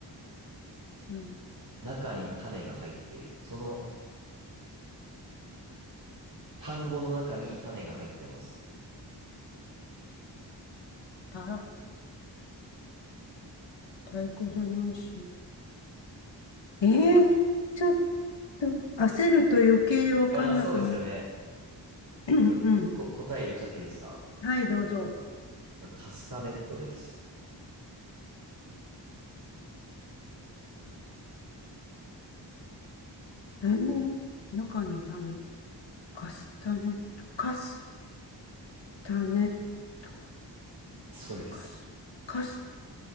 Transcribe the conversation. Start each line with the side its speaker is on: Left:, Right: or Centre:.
Left: うん、
Right: 中に種が入っている。その単語の中に種が入ってます。
Left: た、太鼓じゃないし。えー、ちょっと焦ると余計わかんなくなった。
Right: いやー、そうですよね。
Left: <clears throat> うんうん
Right: これ、こ、答え言っちゃっていいですか
Left: はい、どうぞ。
Right: これ、カスタネットです。
Left: えー、中に種。カスタネット、カスタネット、
Right: そうです。
Left: えカス、カス